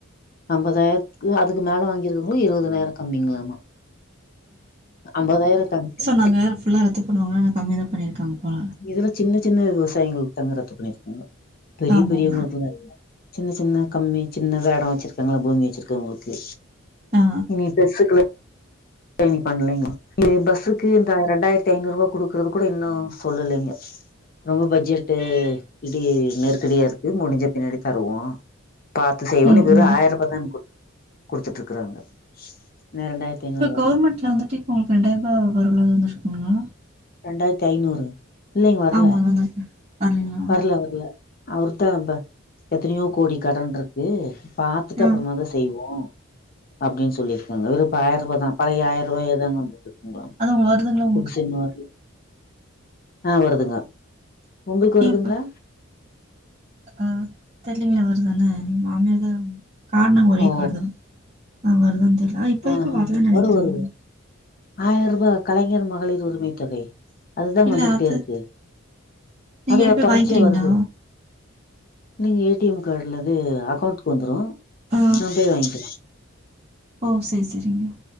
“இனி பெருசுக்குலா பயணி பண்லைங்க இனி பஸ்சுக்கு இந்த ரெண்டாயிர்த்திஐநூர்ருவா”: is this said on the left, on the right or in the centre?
Left